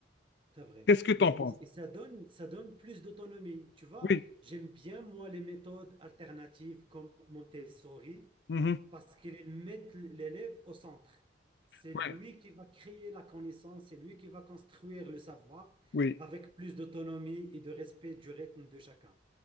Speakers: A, on the right; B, on the left.
A: C'est vrai.
B: Qu'est-ce que tu
A: Et, et-
B: en penses?
A: et ça donne, ça donne plus d'autonomie. Tu vois,
B: Oui.
A: j'aime bien, moi, les méthodes alternatives comme Montessori
B: Mhm.
A: parce qu'elles mettent l'élève au centre. C'est
B: Oui,
A: lui qui va créer la connaissance, c'est lui qui va construire le savoir
B: oui,
A: avec plus d'autonomie et de respect du rythme de chacun.